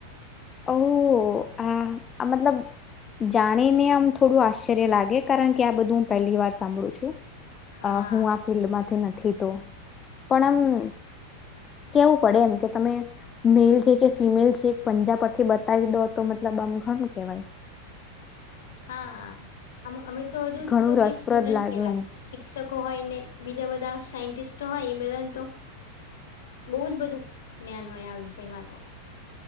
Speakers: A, on the left; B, on the left.
A: ઓ આ મતલબ જાણીને આમ થોડું આશ્ચર્ય લાગે કારણ કે આ બધું હું પહેલી વાર સાંભળું છું
B: હા
A: અ હું આ ફિલ્ડમાંથી નથી તો પણ આમ કેવું પડે એમ કે તમે મેલ છે કે ફિમેલ છે પંજાબ પરથી બતાવી દો તો મતલબ ઘણું કેવાય
B: હા અમે તો હજુ
A: ઘણું
B: તો
A: રસપ્રદ
B: ભી સ્ટુડન્ટ
A: લાગે
B: કેવાય
A: એમ
B: શિક્ષકો હોય ને બીજા બધા સાયન્ટિસ્ટ હોય એ બધાને તો બહુ જ બધું જ્ઞાન હોય આ વિષયમાં તો